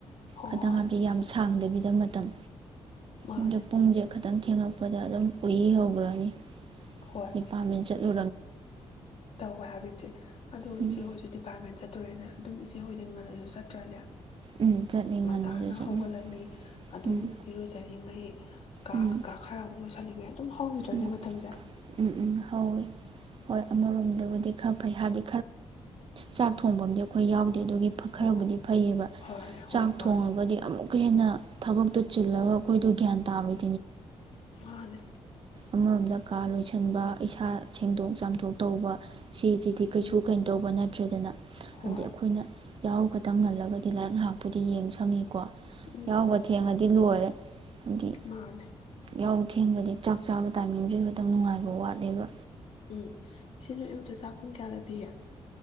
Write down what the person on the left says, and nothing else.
ꯍꯣꯏ
ꯃꯥꯅꯦ
ꯍꯣꯏ
ꯇꯧꯋꯦ ꯍꯥꯏꯕ ꯏꯆꯦ ꯑꯗꯣ
ꯏꯆꯦ ꯍꯣꯏꯁꯨ ꯗꯤꯄꯥꯔꯠꯃꯦꯟ ꯆꯠ ꯇꯨꯔꯦꯅꯦ ꯑꯗꯨꯝ ꯏꯆꯦ ꯍꯣꯏꯗꯤꯡ ꯉꯜꯂꯁꯨ ꯆꯠꯇ꯭ꯔꯅꯦ꯫
ꯉꯟꯇꯥꯅ
ꯍꯧꯒꯠꯂꯅꯤ ꯑꯗꯨꯝ
ꯏꯔꯨꯖꯔꯤꯉꯩ ꯀꯥ
ꯀꯩꯀꯥ ꯈꯔ ꯑꯃꯨꯛ ꯂꯨꯁꯤꯜꯂꯤꯉꯩ ꯑꯗꯨꯝ ꯍꯧꯈꯤꯗ꯭ꯔꯅꯦ
ꯃꯇꯝꯁꯦ
ꯑꯣ
ꯐꯔꯦ ꯍꯣꯏ
ꯃꯥꯅꯦ
ꯃꯥꯅꯦ꯫
ꯎꯝ
ꯍꯣꯏ
ꯎꯝ
ꯃꯥꯅꯦ
ꯎꯝ ꯏꯆꯦ ꯅꯣꯏ ꯑꯌꯨꯛꯇ ꯆꯥꯛ ꯄꯨꯡ ꯀꯌꯥꯗ ꯄꯤꯒꯦ?